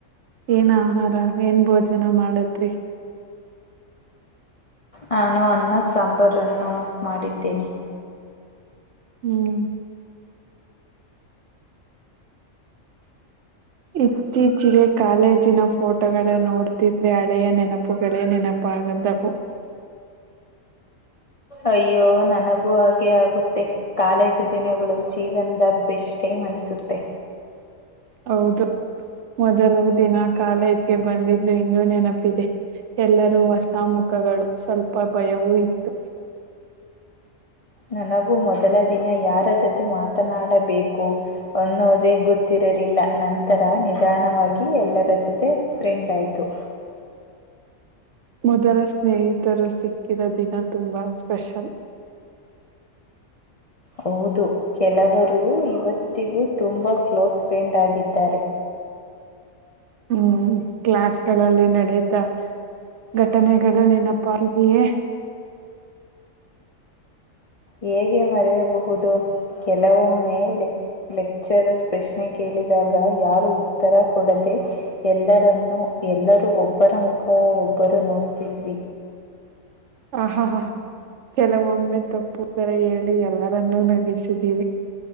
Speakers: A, on the right; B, on the left.
A: ಏನ್ ಆಹಾರ ಏನ್ ಭೋಜನ ಮಾಡತ್ರಿ
B: ನಾನು ಅನ್ನದ ಸಾಂಬಾರನ್ನು ಮಾಡಿದ್ದೇನೆ
A: ಹ್ಮ್ ಇತ್ತೀಚಿಗೆ ಕಾಲೇಜಿನ ಫೋಟೋಗಳ ನೋಡ್ತಿದ್ರೆ ಹಳೆಯ ನೆನಪುಗಳೇ ನೆನಪ ಕ್ಕು
B: ಅಯ್ಯೋ ನನಗೂ ಹಾಗೆ ಆಗುತ್ತೆ ಕಾಲೇಜು ದಿನಗಳು ಜೀವನ್ದ ಬೆಸ್ಟ್ ಟೈಮ್ ಮನಿಸುತ್ತೆ
A: ಹೌದು ಮೊದಲ ದಿನ ಕಾಲೇಜ್ಗೆ ಬಂದಿದ್ದು ಇನ್ನೂ ನೆನಪಿದೆ ಎಲ್ಲರೂ ಹೊಸ ಮುಖಗಳು ಸ್ವಲ್ಪ ಭಯವೂ ಇತ್ತು
B: ನನಗೂ ಮೊದಲ ದಿನ ಯಾರ ಜೊತೆ ಮಾತನಾಡಬೇಕು ಅನ್ನೋದೇ ಗೊತ್ತಿರಲ್ಲ ನಂತರ ನಿಧಾನವಾಗಿ ಎಲ್ಲರ ಜೊತೆ ಫ್ರೆಂಡ್ ಆಯ್ತು
A: ಮೊದಲ ಸ್ನೇಹಿತರು ಸಿಕ್ಕಿದ ದಿನ ತುಂಬಾ ಸ್ಪೆಷಲ್
B: ಹೌದು ಕೆಲವರು ಇವತ್ತಿಗೂ ತುಂಬಾ ಕ್ಲೋಸ್ ಫ್ರೆಂಡ್ ಆಗಿದ್ದಾರೆ
A: ಹ್ಮ್ ಕ್ಲಾಸ್ಗಳಲ್ಲಿ ನಡತಾ ಘಟನೆಗಳು ನೆನಪಾಗಿದೆಯೇ
B: ಹೇಗೆ ಮರೆಯಬಹುದು ಕೆಲವೊಮ್ಮ ಮೇಲೆ ಲೆಕ್ಚರರ್ ಪ್ರಶ್ನೆ ಕೇಳಿದಾಗ ಯಾರು ಉತ್ತರ ಕೊಡದೆ ಎಲ್ಲರನ್ನು ಎಲ್ಲರೂ ಒಬ್ಬರ ಮುಖ ಒಬ್ಬರು ನೋಡ್ತಿದ್ವಿ
A: ಹ ಹಾ ಹಾ ಕೆಲವೊಮ್ಮೆ ತಪ್ಪು ತರ ಹೇಳಿ ಎಲ್ಲರನ್ನೂ ನಗಿಸಿದೀವಿ